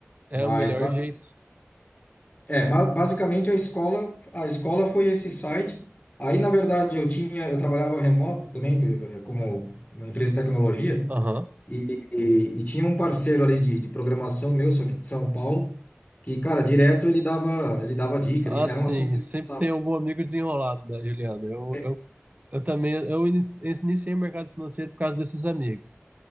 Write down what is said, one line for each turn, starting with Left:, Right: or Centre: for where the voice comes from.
Right: É
Left: Mas
Right: o melhor
Left: basi-
Right: jeito.
Left: é, ba- basicamente a escola, a escola foi esse site. Aí, na verdade, eu tinha, eu trabalhava remoto também, eh, como uma empresa de tecnologia.
Right: Aham.
Left: E, e- e tinha um parceiro ali de, de programação meu, só que de São Paulo, que, cara, direto ele dava, ele dava dica,
Right: Assim,
Left: ele- era um assunto que ele
Right: sempre
Left: gostava,
Right: tem algum amigo desenrolado, né, Juliana? Eu,
Left: é,
Right: eu, eu também, eu ini- iniciei o mercado financeiro por causa desses amigos.